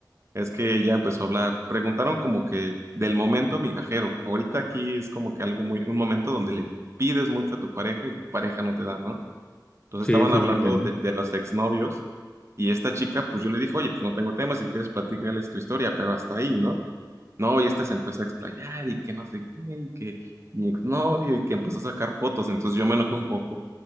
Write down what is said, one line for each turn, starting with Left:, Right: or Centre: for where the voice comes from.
Right: es que ella empezó a hablar, preguntaron como que del momento migajero, ahorita aquí es como que algo muy, un momento donde le pides mucho a tu pareja y tu pareja no te da, ¿no? Entonces
Left: Sí,
Right: estaban
Left: sí,
Right: hablando
Left: sí, entiendo.
Right: de, de los exnovios y esta chica, pues yo le dije, oye, pues no tengo tema, si quieres platicarles tu historia, pero hasta ahí, ¿no? No, y esta se empezó a explayar y que no sé qué, y que mi exnovio, y que empezó a sacar fotos, entonces yo me enojé un poco